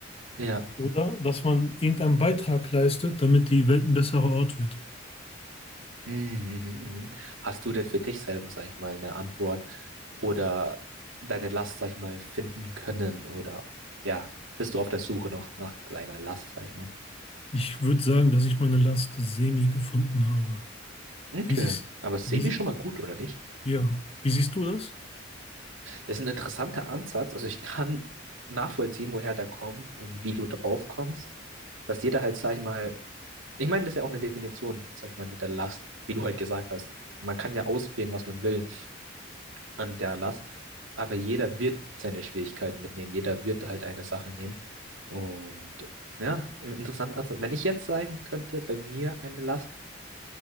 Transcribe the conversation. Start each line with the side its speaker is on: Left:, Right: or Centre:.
Right: Ja.
Left: oder dass man irgendeinen Beitrag leistet, damit die Welt ein besserer Ort wird.
Right: Mhm, mhm, mhm. Hast du denn für dich selber, sag ich mal, eine Antwort oder deine Last, sag ich mal, finden können oder ja, bist du auf der Suche noch nach deiner Last, sag ich mal?
Left: Ich würde sagen, dass ich meine Last semi gefunden habe.
Right: Okay,
Left: Wie siehst,
Right: aber semi
Left: wie, sie-
Right: schon mal gut, oder nicht?
Left: ja, wie siehst du das?
Right: Ist ein interessanter Ansatz, also ich kann nachvollziehen, woher der kommt und wie du drauf kommst, dass jeder halt, sag ich mal, ich meine, das ist ja auch eine Definition, sag ich mal, mit der Last, wie du halt gesagt hast. Man kann ja auswählen, was man will. an der Last. Aber jeder wird seine Schwierigkeiten mitnehmen. Jeder wird halt eine Sache nehmen. Und ja, interessant. Also, wenn ich jetzt sagen könnte, bei mir eine Last,